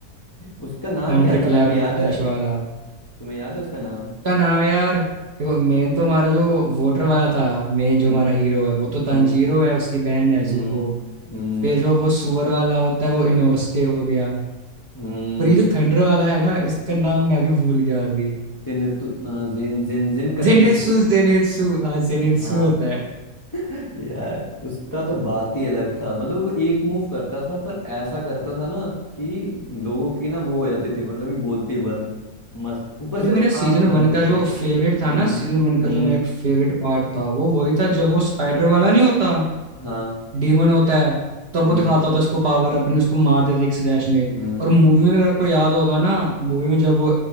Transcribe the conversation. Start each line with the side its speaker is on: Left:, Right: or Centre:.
Left: उसका नाम
Right: थंडर
Left: क्या था
Right: क्लैप
Left: तुम्हें
Right: एंड
Left: याद
Right: फ्लैश
Left: है
Right: वाला
Left: तुम्हें याद है उसका नाम
Right: क्या नाम है यार देखो मेन तो हमारा जो वोटर वाला था मेन
Left: हम्म
Right: जो हमारा हीरो है वो तो
Left: हम्म
Right: तांजीरो है उसकी बहन नेजुको
Left: हम्म हम्म
Right: फिर जो वो सुअर वाला होता है वो इनोसके हो गया
Left: हम्म,
Right: और ये जो थंडर वाला है ना इसका नाम मैं भी भूल गया अभी
Left: जिन, तु- अ, जिन जिन जिन करके
Right: जेनित्सु
Left: कुछ बोलते हैं।
Right: जेनित्सु
Left: हाँ
Right: हाँ जेनित्सु
Left: हाँ हाँ।
Right: होता है
Left: यार उसका तो बात ही अलग था मतलब वो एक मूव करता था पर ऐसा करता था ना कि लोगों की ना वो हो जाती थी मतलब कि बोलती बंद मस्त ऊपर
Right: अरे
Left: से
Right: मेरा सीजन
Left: आंख बंद
Right: वन
Left: करके
Right: का जो फेवरेट
Left: हम्म
Right: था ना सीजन वन का
Left: हम्म
Right: जो मेरा एक फेवरेट पार्ट था वो वही था
Left: हम्म,
Right: जब वो स्पाइडर वाला नहीं होता
Left: हाँ
Right: डीमन होता है तब
Left: हम्म
Right: वो दिखाता होता है उसको पावर अपने उसको मार देते एक स्लैश में
Left: हम्म
Right: और मूवी में अगर आपको याद होगा ना मूवी में जब वो